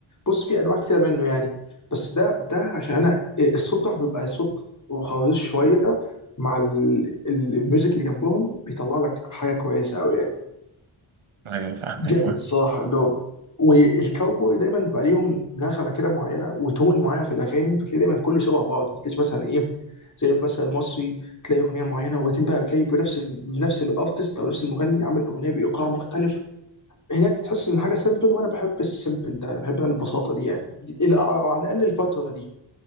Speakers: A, on the left (about 35°); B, on the right (about 80°).
A: بص في انواع كتير منه يعني بس ده ده عشان انا الصوت بتاعه بيبقى صوت غليظ شويه مع ال- ال- الميوزك اللي جنبهم بيطلع لك حاجه كويسه قوي يعني.
B: ايوه فاهمك
A: جامد
B: فاهم
A: الصراحه لو والكاوبوي دايما بقى ليهم نغمه كده معينه وتون معين في الاغاني بتلاقي دايما كله شبه بعض ما بتلاقيش مثلا ايه زي مثلا المصري تلاقي اغنيه معينه وبعدين بقى بتلاقي بنفس ال- بنفس الارتست او نفس المغني عامل اغنيه بايقاع مختلف هناك تحس ان حاجه سيمبل وانا بحب السيمبل ده انا بحب البساطه دي يعني دي- إلى- على الاقل الفتره دي